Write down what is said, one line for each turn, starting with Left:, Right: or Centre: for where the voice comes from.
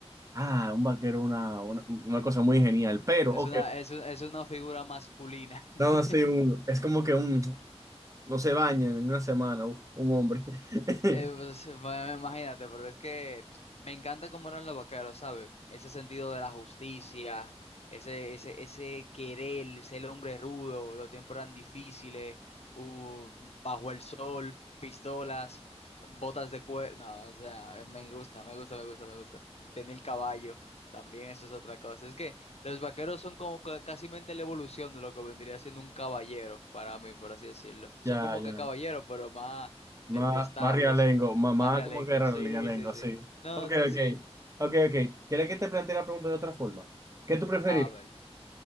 Right: ah, un vaquero es una, una, una cosa muy genial, pero,
Left: es
Right: ok,
Left: una, es un- es una figura masculina. <laughs>
Right: no, así un, es como que un, no se baña en una semana, uf, un hombre. <laughs>
Left: Eh, pues, bueno, imagínate, pero es que me encanta cómo eran los vaqueros, ¿sabes? Ese sentido de la justicia, ese, ese, ese querer, ser el hombre rudo, los tiempos eran difíciles, uh, bajo el sol, pistolas, botas de cuero. No, o sea, eh, me gusta, me gusta, me gusta, me gusta. Tener el caballo, también eso es otra cosa. Es que los vaqueros son como ca- casi mente la evolución de lo que vendría siendo un caballero, para mí, por así decirlo. Son
Right: Ya,
Left: como
Right: ya,
Left: que caballeros, pero más
Right: más,
Left: de, de establos,
Right: más realengo, mamá
Left: más realengo.
Right: como que era
Left: Sí,
Right: realengo,
Left: sí, sí.
Right: sí.
Left: No,
Right: Ok,
Left: sí,
Right: ok,
Left: sí.
Right: ok, ok. ¿Quieres que te plantee la pregunta de otra forma? ¿Qué tú preferís?
Left: Abel.